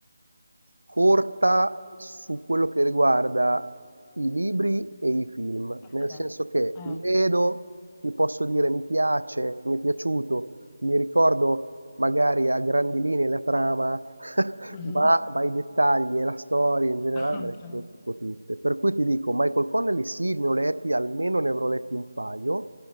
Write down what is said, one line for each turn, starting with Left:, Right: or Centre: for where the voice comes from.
Right: corta su quello che riguarda i libri e i film,
Left: Ok.
Right: nel senso che
Left: Eh,
Right: li vedo, vi posso dire mi piace, mi è piaciuto, mi ricordo magari a grandi linee la trama, <laughs>
Left: mhm.
Right: ma, ma i dettagli e la storia in generale
Left: <laughs> Ok.
Right: me le dimentico tutte. Per cui ti dico, Michael Connelly sì, ne ho letti, almeno ne avrò letti un paio,